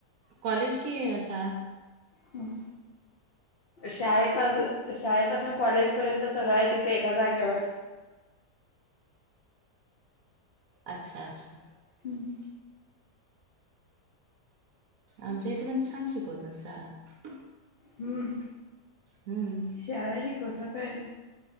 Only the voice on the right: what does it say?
कॉलेज की शाळा?
अच्छा- अच्छा.
आमच्या इथं पण छान शिकवतात, शाळा.
हम्म.